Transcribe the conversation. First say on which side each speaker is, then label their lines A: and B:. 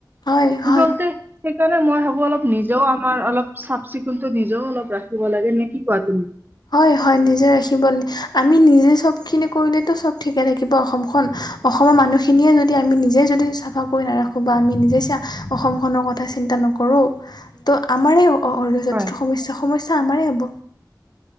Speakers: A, on the left (about 65°); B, on the right (about 25°).
A: হয় হয়
B: যাওঁতে সেইকাৰণে মই ভাবোঁ অলপ নিজেও আমাৰ অলপ চাফ চিকুণতো, নিজেও অলপ ৰাখিব লাগে নে কি কোৱা তুমি?
A: হয় হয় নিজে ৰাখিব, আমি নিজে চবখিনি কৰিলেতো চব ঠিকে থাকিব অসমখন। অসমৰ মানুহখিনিয়ে যদি আমি নিজে যদি চাফা কৰি নাৰাখোঁ বা আমি নিজে চা অসমখনৰ কথা চিন্তা নকৰোঁ, ত' আমাৰ এই অ' অ' অ'ৰয'ত
B: হয়
A: যিটো সমস্যা সমস্যা আমাৰে হ'ব।